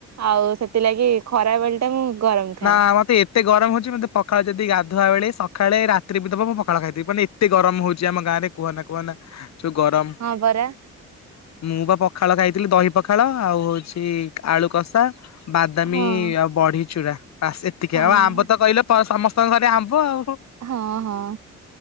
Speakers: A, on the right (about 60°); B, on the left (about 60°).
A: ଆଉ ସେଥିଲାଗି ଖରା ବେଳ୍ ଟା ମୁଁ ଗରମ ଖାଏ
B: ନା ମତେ ଏତେ ଗରମ ହଉଛି, ମତେ ପଖାଳ ଯଦି ଗାଧୁଆ ବେଳେ ସକାଳେ ରାତିରେ ବି ଦବ, ମୁଁ ପଖାଳ ଖାଇଦେବି। ମାନେ ଏ ଏତେ ଗରମ ହଉଛି ଆମ ଗାଁ ରେ, କୁହନା କୁହନା ଯଉ ଗରମ!
A: ହଁ ପରା
B: ମୁଁ, ବା ପଖାଳ ଖାଇଥିଲି। ଦହି ପଖାଳ, ଆଉ ହଉଛି ଆଳୁ କଷା। ବାଦାମୀ
A: ହଁ।
B: ଆଉ ବଢି ଚୁରା, ବାସ୍ ଏତିକି
A: ହଁ
B: ଆଉ ଆମ୍ବ ତ କହିଲ, ସମସ୍ତଙ୍କ ଘରେ ଆମ୍ବ ଆଉ।
A: ହଁ, ହଁ,